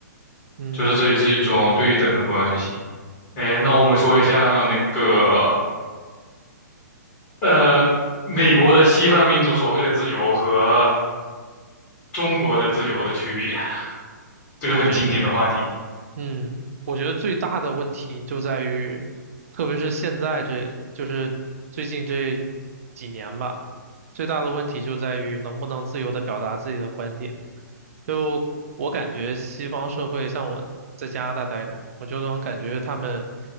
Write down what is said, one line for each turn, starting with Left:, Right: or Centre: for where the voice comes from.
Right: 嗯，
Left: 就是这也是一种对等的关系。哎，那我们说一下那个呃，美国的西方民族所谓的自由和中国的自由的区别，这个很经典的话题。
Right: 我觉得。嗯，我觉得最大的问题就在于，特别是现在这，就是最近这几年吧，最大的问题就在于能不能自由的表达自己的观点。就我感觉西方社会，像我在加拿大待着，我就能感觉他们，